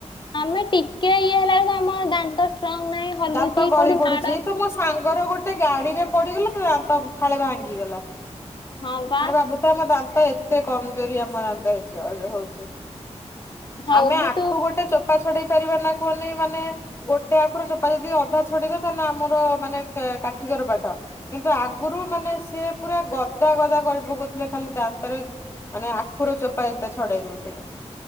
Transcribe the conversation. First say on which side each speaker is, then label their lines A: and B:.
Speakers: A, on the left; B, on the left.
A: ଆମେ ଟିକେ ଇଏ ହେଲା ବେଳକୁ ଆମ ଦାନ୍ତ ଷ୍ଟ୍ରଙ୍ଗ ନାହିଁ ହଲୁଛି
B: ଦାନ୍ତ ଗଳି
A: କୋଉଠି
B: ପଡୁଚି
A: ମାଡ
B: ତମୋ ସାଙ୍ଗର ଗୋଟେ ଗାଡିରେ ପଡିଗଲେ ଟା ଦାନ୍ତ ଫାଳେ ଭାଙ୍ଗିଗଲା। ମାନେ
A: ହଁ ବା
B: ଭାବୁଥା ମୋ ଦା ତ ଏତେ କମଜୋରି ଆମ ଦାନ୍ତ ହେଇଥିବା ଏବେ ହଉଚି।
A: ହଉ
B: ଆମେ
A: କିନ୍ତୁ
B: ଆଖୁ ଗୋଟେ ଚୋପା ଛଡେଇ କରିପାରୁନା କୁହନି ମାନେ ଗୋଟେ ଆଖରୁ ଚୋପା ଯଦି ଅଧା ଛଡିଇ ଦବୁ ତାହେଲେ ଆମର ମାନେ କା କାଠ କର ପାଠ। କିନ୍ତୁ ଆଗରୁ ମାନେ ସିଏ ପୁରା ଗଦା ଗଦା କରି ପକଉଥିଲେ ଖାଲି ଦାନ୍ତରେ ମାନେ ଆଖୁର ଚୋପା ଏତେ ଛଡେଇ ଦଉଥିଲେ।